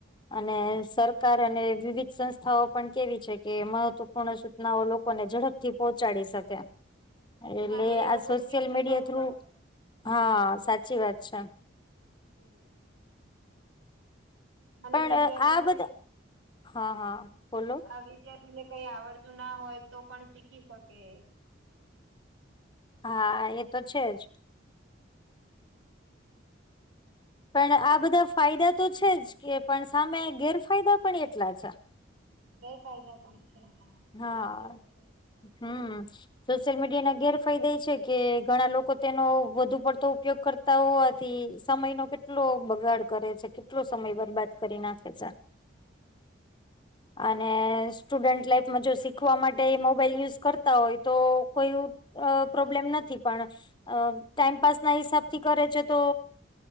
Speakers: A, on the left; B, on the right.
A: અને સરકાર અને વિવિધ સંસ્થાઓ પણ કેવી છે કે મહત્વપૂર્ણ સૂચનાઓ લોકોને ઝડપ થી પહોંચાડી શક્યા એટલે
B: અને એ
A: આ
B: લોકો
A: સોશિયલ
B: શીખી
A: મીડિયા
B: પણ
A: થ્રુ
B: શકે.
A: હા સાચી વાત છે.
B: હમ. અને
A: પણ
B: વિદ્યાર્થીને
A: આ બધા હા હા બોલો
B: આ વિદ્યાર્થીને કઈ આવડતું ના હોય તો પણ શીખી શકે.
A: હા એ તો છે જ પણ આ બધા ફાયદા તો છે જ કે પણ સામે ગેરફાયદા પણ એટલા છે.
B: ગેરફાયદા પણ છે. સાચી
A: હા
B: વાત છે.
A: હમ. સોશિયલ મીડિયા ના ગેરફાયદા એ છે કે ઘણા લોકો તેનો વધુ પડતો ઉપયોગ કરતા ઓ આથી સમયનો કેટલો બગાડ કરે છે કેટલો સમય બરબાદ કરી નાખે છે. અને સ્ટુડન્ટ લાઇફ જો શીખવા માટે મોબાઈલ યુઝ કરતા હોય તો કોઈ અ પ્રોબ્લેમ નથી પણ અ ટાઈમપાસના હિસાબથી કરે છે તો